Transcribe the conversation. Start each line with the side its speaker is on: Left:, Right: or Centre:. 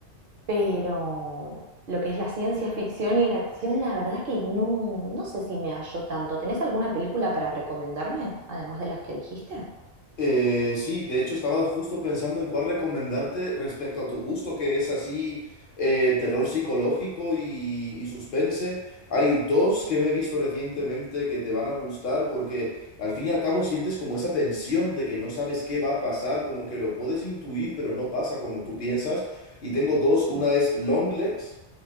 Right: Pero lo que es la ciencia ficción y la acción, la verdad que no, no sé si me hallo tanto. ¿Tenés alguna película para recomendarme, además de las que dijiste?
Left: Eh, sí, de hecho estaba justo pensando en cuál recomendarte respecto a tu gusto, que es así eh, terror psicológico y, y suspense. Hay dos que me he visto recientemente que te van a gustar porque al fin y al cabo sientes como esa tensión de que no sabes qué va a pasar, como que lo puedes intuir, pero no pasa como tú piensas. Y tengo dos,
Right: Sí.
Left: una es Long Legs